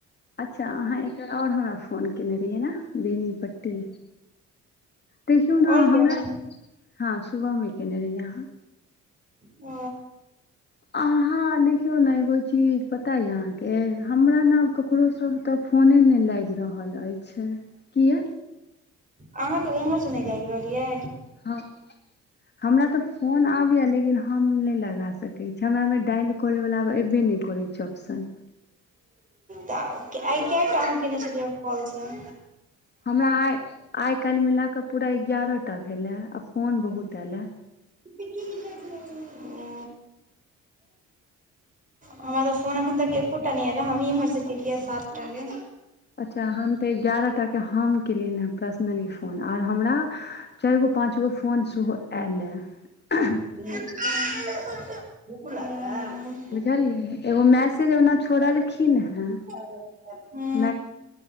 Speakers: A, on the left; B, on the right.
A: अच्छऽ अहाँ एक दिन आओर हमरा फोन केने रहियै नैय। बेनी पट्टी। देखियौ नैय
B: आओर
A: हमरा
B: केहन छै
A: हाँ सुबह मे केने रहियै आहाँ।
B: ओ
A: अहाँ देखियौ ने एगो चीज पता ये अहाँ के हमरा नऽ आब ककरो स तऽ फोने नहि लागि रहल अछि किया
B: अहाँ कऽ उम्हर से ने गाबि रहल यै
A: हँ हमरा तऽ फोन आबय ये लेकिन हम नहि लगा सकै छी हमरा मे डाायल करे वला आब एबे नहि करै छैय ऑप्शन
B: तऽ आइ कैयटा अहाँ कने छलियैहें कॉल सऽ
A: हमरा आइ आइ काल्हि मिलाकऽ पूरा एगारह टा भेल ये आ फोन बहुत ऐल ये
B: <unintelligible> ओ हमरा तऽ फोन एखन तक एकोटा नहि ऐल ये हमही इम्हर से केलियैये सात टा के
A: अच्छऽ हम तऽ एगारह टा के हम केलियै हँ प्रसनली फोन आर हमरा चारि गो पाँचगो फोन सेहो ऐल यऽ
B: <unintelligible> भूखो लागल यऽ
A: बुझलही एगो मैसेज ओना छोड़लखिन हेँ
B: <unintelligible>
A: नैय